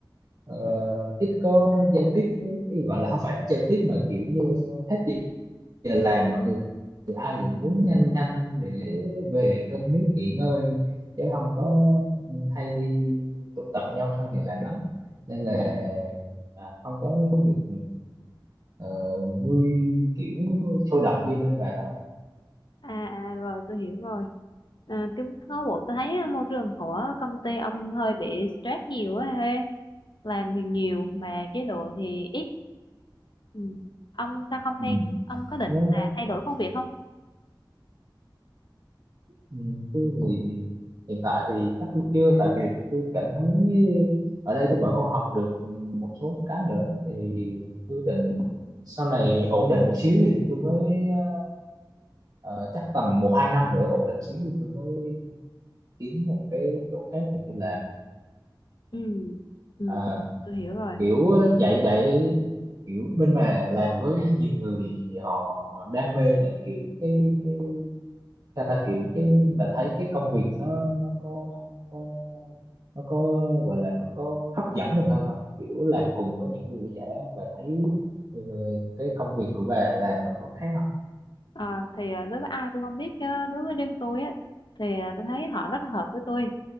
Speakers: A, on the right; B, on the left.
A: ờ, ít có giao tiếp với- ý gọi là không phải ít giao tiếp mà kiểu như hết giờ giờ làm mọi người ai cũng muốn nhanh nhanh để về cơm nước nghỉ ngơi chứ không có hay đi tụ tập nhau sau giờ làm lắm nên là à, không có được ờ, vui kiểu sôi động như bên bà đâu
B: à, à rồi tôi hiểu rồi à, cái có bộ tôi thấy ờ, môi trường của công ty ông hơi bị stress nhiều á he làm thì nhiều mà chế độ thì ít ừ. ông sao không
A: ừ.
B: thay ông có định
A: nó
B: là thay đổi công việc không
A: Ừ, tôi thì hiện tại thì chắc tôi chưa tại vì tôi cảm thấy ở đây tôi vẫn còn học được một số cái nữa thì tôi định sau này ổn định một xíu thì tôi mới ờ, ờ, chắc tầm một hai năm nữa ổn định xíu thì tôi mới kiếm một cái chỗ khác để tôi làm
B: ừ ừ
A: Ờ,
B: tôi hiểu rồi
A: kiểu ờ, dạy dạy kiểu bên bà làm với nhiều người họ họ đam mê dạy kiểu cái cái sao ta kiểu cái bà thấy cái công việc nó nó có nó có nó có gọi là nó có hấp dẫn mình hơn không kiểu làm cùng với những người giả và thấy ừ, cái công việc của bà làm nó có khác không
B: à, thì à, đối với ai tôi không biết chứ đối với riêng tôi á thì à, tôi thấy họ rất là hợp với tôi